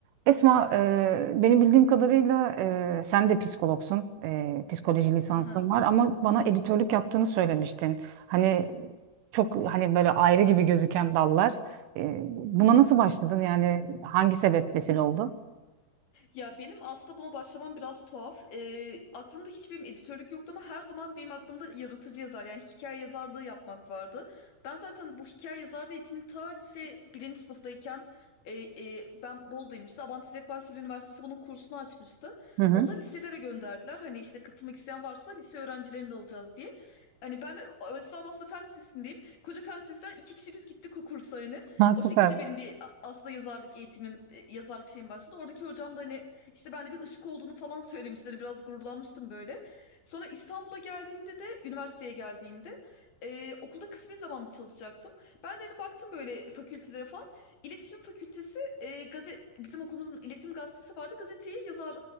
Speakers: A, on the right; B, on the left.
A: Esma, e, beni bildiğim kadarıyla e, sen de psikologsun, e, psikoloji lisansın
B: Aha.
A: var ama bana editörlük yaptığını söylemiştin. Hani çok hani böyle ayrı gibi gözüken dallar. E, buna nasıl başladın yani hangi sebep vesile oldu?
B: Ya benim aslında buna başlamam biraz tuhaf. Ee, aklımda hiç benim editörlük yoktu ama her zaman benim aklımda yaratıcı yazar yani hikaye yazarlığı yapmak vardı. Ben zaten bu hikaye yazarlığı eğitimini ta lise birinci sınıftayken e, e, ben Bolu'dayım işte Abant İzzet Baysal Üniversitesi bunun kursunu açmıştı.
A: Hı hı.
B: Onu da liselere gönderdiler. Hani işte katılmak isteyen varsa lise öğrencilerini de alacağız diye. Hani ben de aslında aslında fen lisesindeyim. Koca fen lisesinden iki kişi biz gittik o kursa hani.
A: Ha,
B: O
A: süper.
B: şekilde benim bir a- aslında yazarlık eğitimim, e, yazarlık şeyim başladı. Oradaki hocam da hani işte ben de bir ışık olduğunu falan söylemişler. Biraz gururlanmıştım böyle. Sonra İstanbul'a geldiğimde de üniversiteye geldiğimde e, okulda kısmi zamanlı çalışacaktım. Ben de hani baktım böyle fakültelere falan. İletişim Fakültesi e, gazet bizim okulumuzun iletişim gazetesi vardı. Gazeteyi yazar